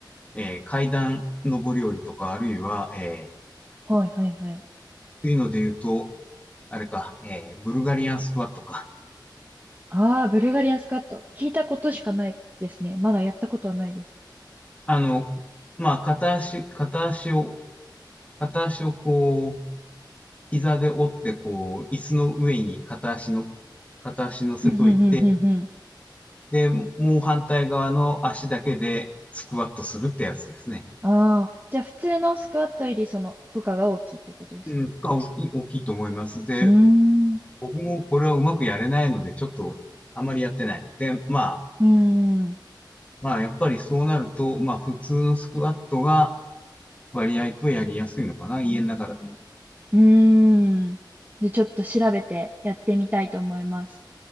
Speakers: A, on the left (about 15°); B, on the right (about 20°).
A: う、えー、階段上り下りとか、あるいは、えー、
B: はいはいはい。
A: というので言うと、あれか、えー、ブルガリアンスクワットか。
B: ああ、ブルガリアンスカット。聞いたことしかないですね。まだやったことはないです。
A: あの、まあ、片足、片足を、片足をこう、膝で折って、こう、椅子の上に片足の、片足乗せといて、
B: うんうんうんうんうん。
A: で、もう反対側の足だけでスクワットするってやつですね。
B: ああ、じゃあ普通のスクワットよりその負荷が大きいってことですか
A: うん、負荷大きい、大きいと思います。で、
B: うーん、う
A: 僕もこれはうまくやれないので、ちょっとあまりやってない。で、まあ、
B: ーん、う
A: まあ、やっぱりそうなると、まあ、普通のスクワットが割合とやりやすいのかな、家の中だ
B: ーん。で、ちょっと調べてやってみたいと思います。